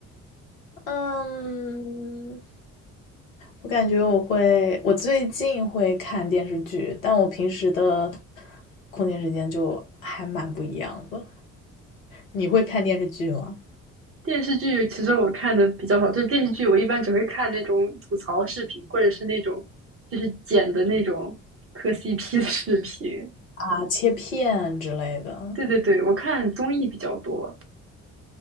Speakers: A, on the left; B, on the right.
A: 嗯，我感觉我会，我最近会看电视剧，但我平时的空闲时间就还蛮不一样的。你会看电视剧吗？
B: 电视剧其实我看的比较少，就是电视剧我一般只会看那种吐槽视频，或者是那种就是剪的那种磕 CP 的视频。
A: 啊，切片之类的。
B: 对对对，我看综艺比较多